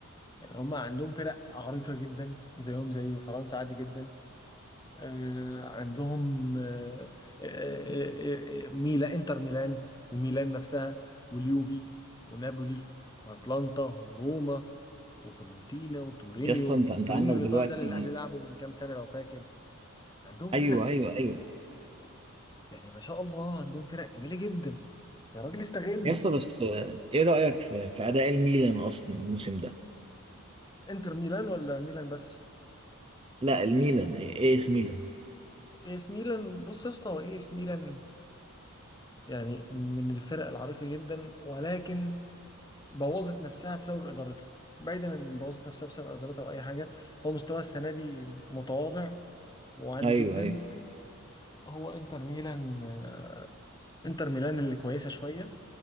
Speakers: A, on the left (about 20°); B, on the right (about 25°).
A: يعني هم عندهم فرق عريقه جدا زيهم زي فرنسا عادي جدا آه، عندهم آه، آه، آه، آه، ميلا انتر ميلان وميلان نفسها واليوفي ونابولي واتلانتا وروما وفيورنتينا وتورينيو
B: يا اسطى انت انت
A: تورينيو
B: عندك
A: الايطالي
B: دلوقتي
A: ده اللي الاهلي لعبه من كام سنه لو فاكر عندهم
B: ايوه
A: فرق
B: ايوه ايوه
A: يعني ما شاء الله عندهم فرق جميله جدا يا راجل استغل
B: يا اسطى بس آه، ايه رايك في في اداء الميلان اصلا الموسم ده
A: انتر ميلان ولا ميلان بس
B: لا الميلان ايه إيه اس ميلان
A: اي اس ميلان بص يا اسطى هو اي اس ميلان يعني من الفرق العريقه جدا ولكن بوظت نفسها بسبب ادارتها بعيدا ان بوظت نفسها بسبب ادارتها او اي حاجه هو مستواه السنه دي متواضع وعادي
B: ايوه
A: جدا
B: ايوه
A: هو انتر ميلان آه، انتر ميلان اللي كويسه شويه